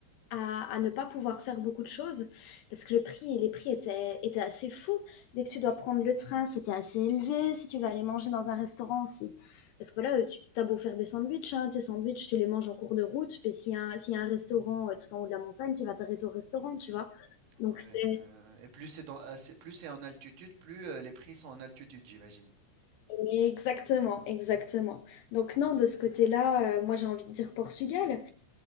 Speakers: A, on the left; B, on the right.
A: à, à ne pas pouvoir faire beaucoup de choses parce que le prix, les prix étaient, étaient assez fous. Dès que tu dois prendre le train, c'était assez élevé. Si tu vas aller manger dans un restaurant aussi. Parce que là euh, tu as beau faire des sandwichs, hein, tes sandwichs, tu les manges en cours de route. Mais s'il y a un, s'il y a un restaurant euh, tout en haut de la montagne, tu vas t'arrêter au restaurant, tu vois. Donc
B: Ouais,
A: c'est
B: euh, et plus c'est dans, euh, c'est- plus c'est en altitude, plus euh, les prix sont en altitude, j'imagine.
A: exactement, exactement. Donc non, de ce côté-là, euh, moi j'ai envie de dire Portugal.